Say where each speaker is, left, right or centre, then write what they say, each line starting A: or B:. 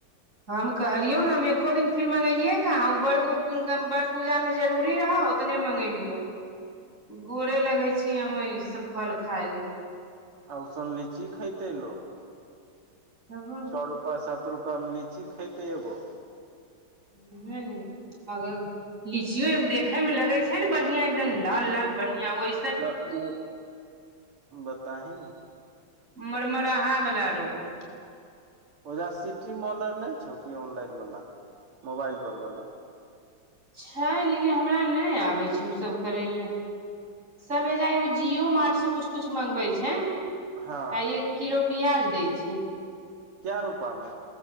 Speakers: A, on the right (about 35°); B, on the right (about 80°).
A: हम कहलियौं न हम एको दिन फिर मगेंलियैं कहाँ उऽ बड़ गुज बड़ पूजा में जरूरी रहौं। उतने मंगेललियो
B: <inaudible>
A: बोरे लगे छी ह ई सब फल खााय लेल
B: आ उसन लीची खेते लोग
A: तब <inaudible>
B: छ रूपा सात रूपा मे लीची खेते एगो
A: उहे ने अ लीचियो एगो देखे में लगे छै ने बढ़िया एकदम लाल लाल बढ़िया ओहि
B: तऽ ओ बताह ने
A: मरमरहा बला रहू
B: ओजा सिटी मॉल आर नहि छौ की ऑनलाइन वाला मोबाइल पर वाला
A: छै लेकिन हमरा नहि आबे छै ओ सब करै ले सब एजा जिओ मार्टसँ कुछ कुछ मगबै छै <inaudible>
B: हँ
A: आ एक किलो प्यज दै छै।
B: कै रूपामे